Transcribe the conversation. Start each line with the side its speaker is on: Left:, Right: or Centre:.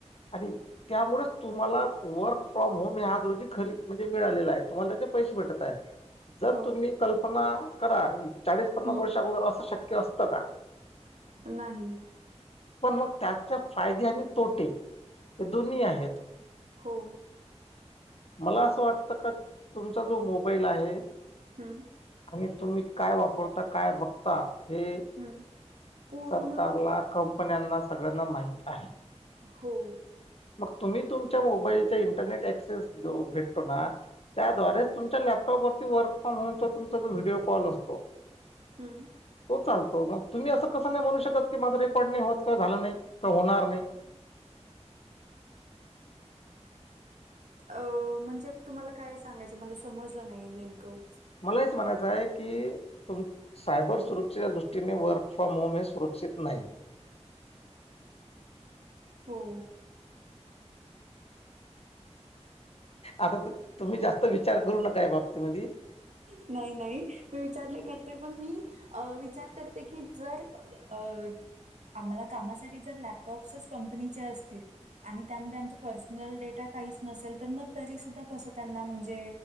Left: आणि त्यामुळेच तुम्हाला वर्क फ्रॉम होम आज रोजी घरी म्हणजे मिळालेला आहे तुम्हाला त्याचे पैसे भेटत आहेत. जर
Right: हो
Left: तुम्ही कल्पना करा चाळीस पन्नास
Right: हम्म
Left: वर्षा अगोदर असं शक्य असतं का.
Right: नाही.
Left: पण मग त्याचे फायदे आणि तोटे हे दोन्ही आहेत.
Right: हो.
Left: मला असं वाटतं का तुमचा जो मोबाईल आहे.
Right: हम्म
Left: आणि तुम्ही काय वापरता काय बघता. आता हे
Right: हम्म पूर्ण
Left: सरकारला कंपन्यांना सगळ्यांना माहित आहे.
Right: हो.
Left: मग तुम्ही तुमच्या मोबाईलच्या इंटरनेट ऍक्सेस भेटतो ना. त्याद्वारेच
Right: हम्म
Left: तुमच्या लॅपटॉप वरती वर्क फ्रॉम होमचा तुमचा जो व्हिडीिओ कॉल असतो.
Right: हम्म.
Left: तो चालतो मग तुम्ही असं कसं नाही म्हणू शकत की माझा रेकॉर्ड नाही होत किंवा झालं नाही किंवा होणार नाही.
Right: अ म्हणजे तुम्हाला काय सांगायचं मला समजलं नाही नेमकं.
Left: मला हेच म्हणायचं आहे की तुम. सायबर सुरक्षेच्या दृष्टीने वर्क फ्रॉम होम हे सुरक्षित नाही.
Right: हो.
Left: आता तुम्ही जास्त विचार करू नका या बाबतीमध्ये.
Right: नाही नाही मी विचारले करते पण मी अ विचार करते की जर अ आम्हाला कामासाठी जर लॅपटॉप्सच कंपनीचे असतील आणि त्यामध्ये आमचा पर्सनल डेटा काहीच नसेल तर मग तरी सुद्धा कस त्यांना म्हणजे